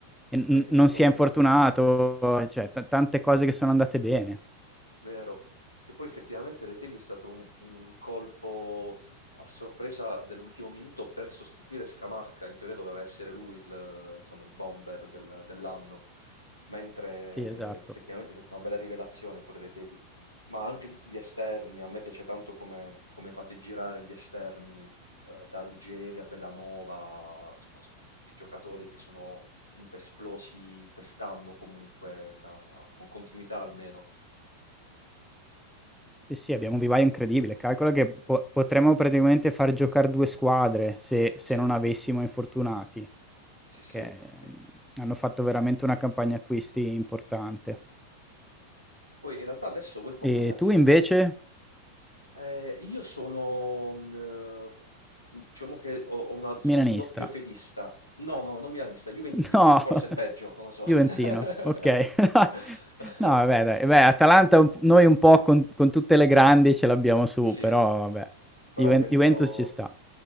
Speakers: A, in the centre; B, on the left (about 80°).
A: e n-
B: È che
A: non
B: poi con,
A: si è infortunato, cioè t- tante cose che sono andate bene.
B: Vero, che poi effettivamente Retegui è stato un, un colpo a sorpresa dell'ultimo minuto per sostituire Scamacca, in teoria doveva essere lui il, insomma, il bomber del- dell'anno, mentre
A: Sì, esatto.
B: effettivamente è stata una bella rivelazione pure Retegui, ma anche tutti gli esterni, a me piace tanto come, come fate girare gli esterni eh, da Ruggeri a Bellanova, insomma sono tutti giocatori che sono comunque esplosi quest'anno, comunque la- con continuità almeno.
A: Sì, sì, abbiamo un vivaio incredibile. Calcola che po- potremmo praticamente far giocare due squadre se, se
B: Sì,
A: non avessimo infortunati,
B: sì,
A: perché
B: sì. E
A: mm, hanno fatto veramente una campagna acquisti importante.
B: poi in realtà adesso voi come,
A: E
B: nel
A: tu
B: senso,
A: invece,
B: eh, io sono, mh, eh, diciamo che ho, ho una- sono
A: milanista?
B: un doppio fedista, no, no, no, non milanista, juventino,
A: <laughs> No,
B: forse è peggio, non lo so. <laughs>
A: Juventino, ok. <laughs> No, vabbè, dai. Beh, Atalanta un- noi un po' con, con tutte le grandi ce l'abbiamo su,
B: Sì,
A: però vabbè,
B: però
A: Juven-
B: penso,
A: Juventus ci sta.